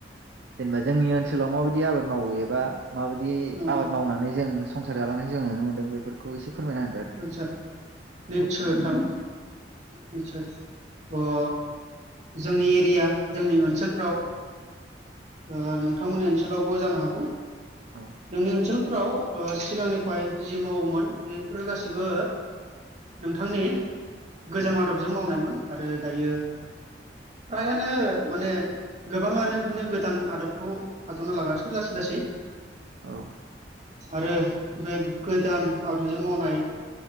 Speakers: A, on the right (about 75°); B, on the right (about 40°).
A: जेनेबा जोंनि ओनसोलाव माबायदि आबाद मावो ए एबा माबायदि
B: ओ
A: आबाद मावनानै जों संसार जालांनायखौ जों नुनो मोनदों बेफोरखौ एसे फोरमायना
B: आतसा निसय
A: होदो
B: नोंथां निसय ओ जोंनि एरिया जोंनि ओनसोलफ्राव ओ नोंथांमोननि ओनसोलावबो जानो हागौ
A: आरो
B: जोंनि ओनसोल फोराव ओ सिगांनिफ्राय जि मावोमोन बेफोरो गासिबो नोंथांनि गोजाम
A: औ
B: आदबजों मावनायमोन। आरो दायो फ्रायानो माने गोबाङानो बिदिनो गोदान आदबखौ आजावना लागासिनो लासै लासै।
A: औ।
B: आरो बे गोदान आदबजों मावनाय